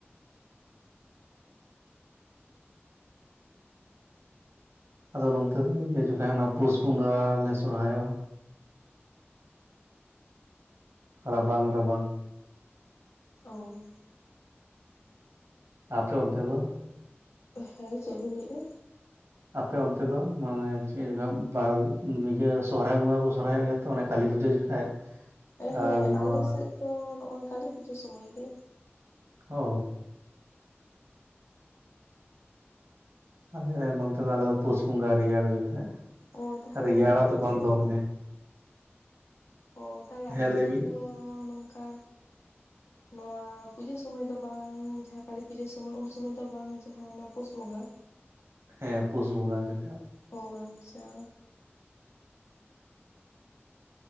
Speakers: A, on the right; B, on the left.
A: ᱟᱫᱚ ᱱᱚᱱᱛᱮ ᱫᱚ ᱤᱭᱟᱹ ᱡᱚᱠᱷᱟᱡ ᱚᱱᱟ ᱯᱩᱥ ᱵᱚᱸᱜᱟ ᱞᱮ ᱥᱚᱨᱦᱟᱭᱚᱜᱼᱟ ᱨᱟᱵᱟᱝ ᱨᱟᱵᱟᱝ
B: ᱚᱻ
A: ᱟᱯᱮ ᱚᱱᱛᱮ ᱫᱚ
B: ᱦᱮᱸ ᱪᱮᱫ ᱵᱤᱱ ᱞᱟᱹᱭᱮᱜᱼᱟ
A: ᱟᱯᱮ ᱚᱱᱛᱮ ᱫᱚ ᱢᱟᱱᱮ ᱪᱮᱫ ᱵᱟᱨ ᱤᱭᱟᱹ ᱥᱚᱦᱚᱨᱟᱭ ᱵᱚᱸᱜᱟ ᱠᱚ ᱥᱚᱦᱚᱨᱟᱭᱚᱜ ᱜᱮᱭᱟ ᱛᱚ ᱚᱱᱮ ᱠᱟᱹᱞᱤ ᱯᱩᱡᱟᱹ ᱡᱚᱠᱷᱟᱡ
B: ᱮ ᱦᱮᱸ
A: ᱟᱨ ᱱᱚᱣᱟ
B: ᱟᱞᱮ ᱥᱮᱫ ᱫᱚ ᱱᱚᱜᱼᱚᱭ ᱠᱟᱹᱞᱤ ᱯᱩᱡᱟᱹ ᱥᱚᱢᱚᱭ ᱜᱮ
A: ᱦᱚᱻ ᱟᱞᱮ ᱱᱚᱱᱛᱮ ᱫᱚ ᱟᱞᱮ ᱫᱚ ᱯᱩᱥ ᱵᱚᱸᱜᱟ ᱨᱮᱭᱟᱲ ᱡᱚᱠᱷᱟᱡ
B: ᱚ ᱛᱟᱦᱚᱞᱮ
A: ᱨᱮᱭᱟᱲᱟ
B: ᱟᱯᱮ
A: ᱛᱚᱠᱷᱚᱱ
B: ᱥᱮᱫ
A: ᱫᱚᱢᱮ
B: ᱚᱻ ᱛᱟᱦᱞᱮ
A: ᱦᱮᱸ
B: ᱟᱯᱮ
A: ᱞᱟᱹᱭ
B: ᱥᱮᱫ
A: ᱵᱤᱱ
B: ᱫᱚ ᱱᱚᱝᱠᱟ ᱱᱚᱣᱟ ᱯᱩᱡᱟᱹ ᱥᱚᱢᱚᱭ ᱫᱚ ᱵᱟᱝ ᱡᱟᱦᱟᱸ ᱠᱟᱹᱞᱤ ᱯᱩᱡᱟᱹ ᱥᱚᱢᱚᱭ ᱩᱱ ᱥᱚᱢᱚᱭ ᱫᱚ ᱵᱟᱝ ᱡᱟᱦᱟᱸ ᱱᱚᱣᱟ ᱯᱩᱥ ᱵᱚᱸᱜᱟ
A: ᱦᱮᱸ ᱯᱩᱥ ᱵᱚᱸᱜᱟ ᱜᱮ
B: ᱚᱻ ᱟᱪᱪᱷᱟ